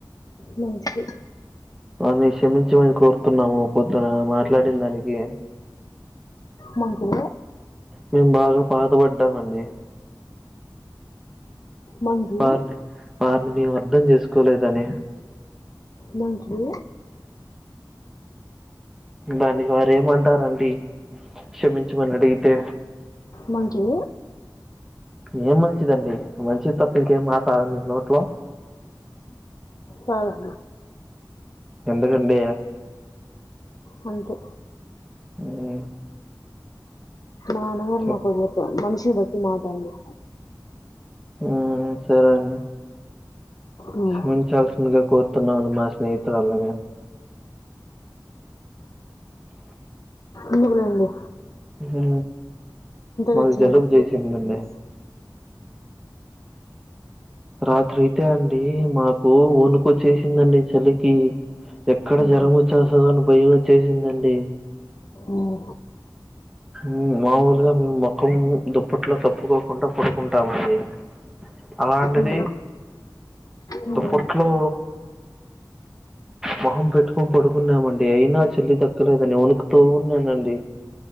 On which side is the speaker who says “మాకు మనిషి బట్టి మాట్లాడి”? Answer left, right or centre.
Left